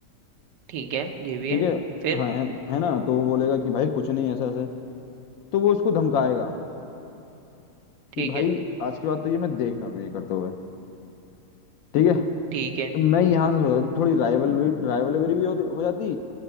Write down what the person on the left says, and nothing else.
ठीक
है
हाँ है, है ना तो वो बोलेगा कि भाई कुछ नहीं ऐसा ऐसे तो वो उसको धमकाएगा
कि भाई
आज के बाद तो ये मैं देख ना लूं ये करते हुए ठीक है
मैं यहाँ से सोचा था, थोड़ी राइवल भी राइवलरी भी होती- हो जाती